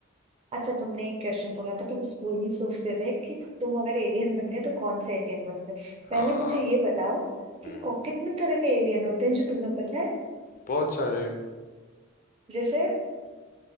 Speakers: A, on the right; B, on the left.
A: अच्छा तुमने एक क्वेश्चन बोला था तुम स्कूल में सोचते थे कि तुम अगर एलियन बनने तो कौन से एलियन बनोगे पहले
B: हाँ
A: मुझे ये बताओ
B: हम्म
A: कि कौ- कितने तरह के एलियन होते हैं जो तुम्हें पता है
B: बहुत सारे
A: जैसे